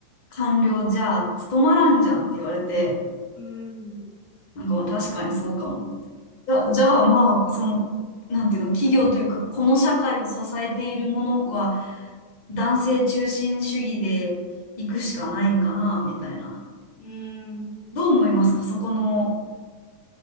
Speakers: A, on the left; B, on the left.
A: 官僚じゃ務まらんじゃんって言われて、
B: うん、
A: なんかまあ確かにそうかも。じゃ、じゃあまあ、その、なんていうの、企業というか、この社会を支えているものは、男性中心主義で行くしかないんかな、みたいな。
B: うん
A: どう思いますか、そこの。